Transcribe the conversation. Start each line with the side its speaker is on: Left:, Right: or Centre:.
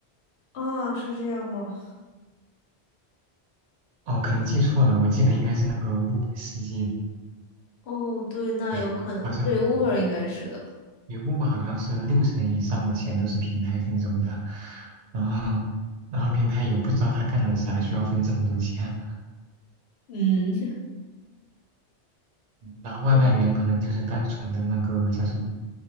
Left: 啊，是这样吗？
Right: 哦，可能记错了，我记得应该是那个 Uber 司机，
Left: 哦，对，那有可能。
Right: 对，好像对，
Left: 对，Uber 应该是的。
Right: 对 Uber 好像是六成以上的钱都是平台分走的，<laughs> 然后然后平台也不知道他干了啥，需要分这么多钱。
Left: 嗯，
Right: 然后外卖员可能就是单纯的那个叫什么，
Left: <laughs>